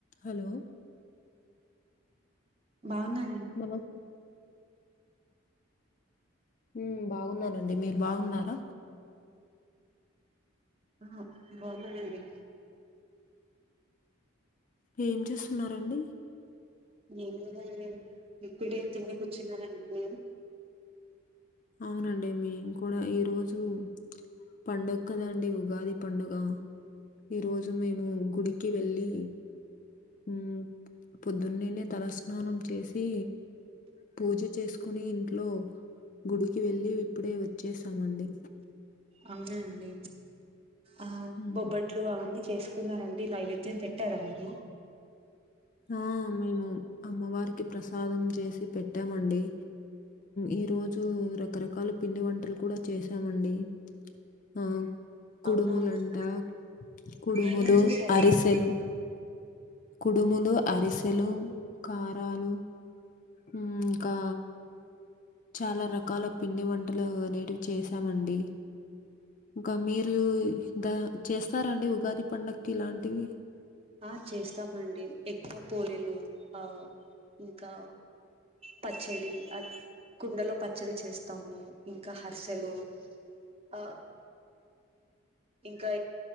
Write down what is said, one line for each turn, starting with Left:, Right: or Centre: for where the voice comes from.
Left: హలో
Right: బాగున్నా
Left: నమస్తే ఉమ్మ్ బాగున్నానండి మీరు బాగున్నారా
Right: ఆ బాగున్నానండి
Left: ఏం చేస్తున్నారండి
Right: నేను కూడా <inaudible> ఇప్పుడే తిని కూర్చున్నానండి మీరు
Left: అవునండి మేం కూడా ఈ రోజు పండుగ కదా అండి ఉగాది పండుగ ఈరోజు మేము గుడికి వెళ్ళి ఉమ్ పొద్దున్నేనే తలస్నానం చేసి పూజ చేసుకొని ఇంట్లో గుడికి వెళ్ళి ఇప్పుడే వచ్చేసామండి
Right: అవునండి ఆ
Left: ఉమ్.
Right: బొబ్బట్లు అవన్నీ చేస్ కున్నారా అండి డి నైవేద్యం పెట్టారా మరి
Left: ఆ మేము అమ్మవారికి ప్రసాదం చేసి పెట్టామండి ఈ రోజు రకరకాల పిండి వంటలు కూడా చేసామండి ఆ కుడుములంట
Right: అవునా అండి
Left: కుడుములు
Right: ఏమేం చేశారండి
Left: అరిసెలు కుడుములు అరిసెలు కారాలు ఉమ్ ఇంకా చాలా రకాల పిండి వంటలు అనేటివి చేశామండి ఇంకా మీరు ద చేస్తారా అండి ఉగాది పండక్కి ఇలాంటివి
Right: ఆ చేస్తామండి ఎక్కువ పోలెలు ఆ ఇంకా పచ్చడి కుండలో పచ్చడి చేస్తాము ఇంకా హర్సెలు ఆ ఇంకా